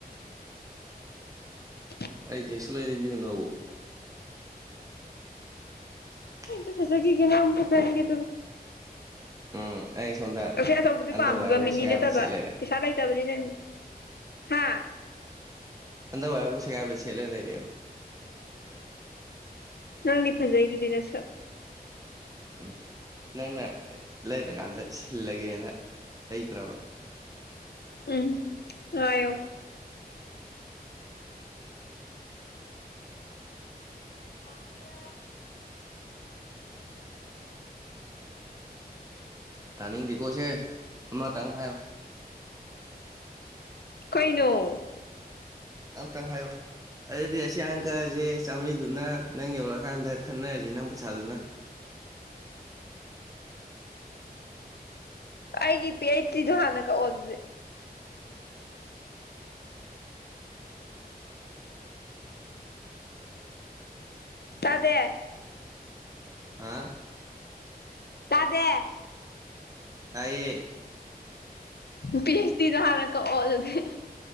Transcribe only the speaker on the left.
<inaudible>
ꯑ ꯐꯁꯛꯒꯦꯅꯦ ꯐꯁꯛꯦ
ꯑꯁꯦ ꯑꯆꯧꯕꯗꯤ
ꯄꯥꯝꯃꯤꯕ ꯃꯤꯅꯤ
ꯅꯠꯇꯕ
ꯄꯩꯁꯥ ꯂꯩꯇꯕꯅꯤꯅ ꯍꯥ
ꯅꯪꯗꯤ ꯐꯖꯩꯗꯨꯗꯤ ꯅꯁꯛ
ꯎꯝ ꯉꯥꯏꯌꯣ ꯑꯗꯥ
ꯀꯩꯅꯣ
ꯑꯩꯒꯤ ꯄꯤ ꯑꯩꯆ ꯗꯣ ꯍꯥꯟꯅ ꯀꯛꯑꯣ ꯑꯗꯨꯗꯤ ꯇꯥꯗꯦ
ꯇꯗꯦ
ꯄꯤ ꯑꯩꯆ ꯗꯤꯗ ꯍꯥꯟꯅ ꯀꯛꯑꯣ ꯑꯗꯨꯗꯤ